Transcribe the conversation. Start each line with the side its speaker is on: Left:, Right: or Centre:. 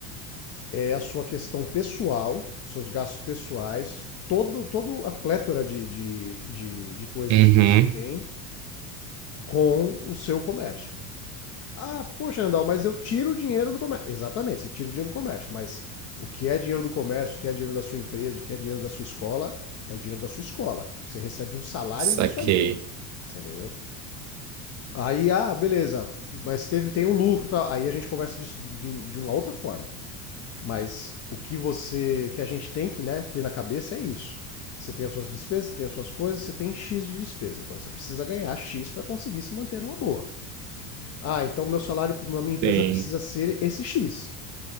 Left: é a sua questão pessoal, seus gastos pessoais, todo, todo a plétora de, de, de, de coisas
Right: Uhum,
Left: que você tem com o seu comércio. Ah, poxa, Andal, mas eu tiro o dinheiro do comércio. Exatamente, você tira o dinheiro do comércio, mas o que é dinheiro do comércio, o que é dinheiro da sua empresa, o que é dinheiro da sua escola, é o dinheiro da sua escola. Você recebe um salário
Right: saquei.
Left: disso aí. Você entendeu? Aí, ah, beleza, mas teve, tem um lucro, tá? aí a gente conversa disso de, de uma outra forma. Mas o que você, que a gente tem que né, ter na cabeça é isso. Você tem as suas despesas, você tem as suas coisas, você tem X de despesa. Então você precisa ganhar X para conseguir se manter numa boa. Ah, então o meu salário na minha empresa
Right: Sim.
Left: precisa ser esse X.